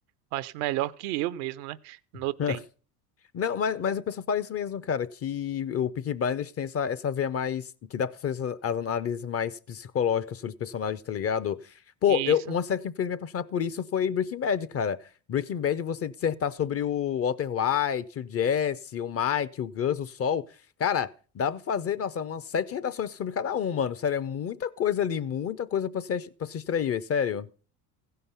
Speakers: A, on the right; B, on the left.
A: Acho melhor que eu mesmo, né? Notei.
B: <laughs> Não, mas, mas o pessoal fala isso mesmo, cara, que o Peaky Blinders tem essa, essa veia mais, que dá pra fazer essas, as análises mais psicológicas sobre os personagens, tá ligado? Pô,
A: E
B: eu,
A: isso
B: uma série que me fez me apaixonar por isso foi Breaking Bad, cara. Breaking Bad, você dissertar sobre o Walter White, o Jesse, o Mike, o Gus, o Sol, cara, dá pra fazer, nossa, umas sete redações sobre cada um, mano, sério, é muita coisa ali, muita coisa pra se, pra se extrair, velho, sério.